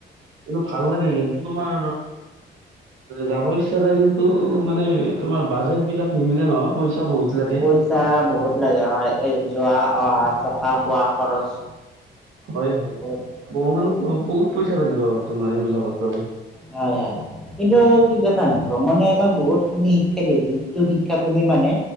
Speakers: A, on the right; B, in the centre.
A: এইটো ভাল লাগে কিন্ত তোমাৰ। যাব ইচ্ছা যায় কিন্তু মানে তোমাৰ বাজেট বিলাক নিমিলে নহয় পইচা বহুত। লাগে
B: পইচা বহুত লাগে হয় এই যোৱা অহা থকা খোৱা খৰচ।
A: হয় হয়
B: বহুত
A: বহু মানহ বহুত পইচা লাগিব তোমাৰ এইবিলাকত গালে।
B: হয় হয় কিন্তু কি জানা ভ্ৰমণে আমাক বহুত খিনি শিক্ষ। যিটো শিক্ষা তুমি মানে